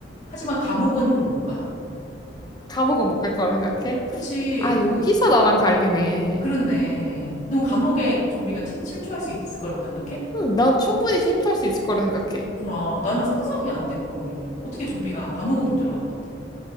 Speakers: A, on the left (about 40°); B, on the left (about 20°).
A: 하지만 감옥은 못 가.
B: 감옥은 못 갈 거라 생각해?
A: 그치,
B: 아, 여기서
A: 그,
B: 나랑 갈리네.
A: 그렇네. 넌 감옥에 좀비가 침, 침투할 수 있을 거라고 생각해?
B: 응, 난 충분히 침투할 수 있을 거라 생각해.
A: 그렇구나. 나는 상상이 안 돼, 그런 게. 어떻게 좀비가 감옥은 못 들어갈 것 같아.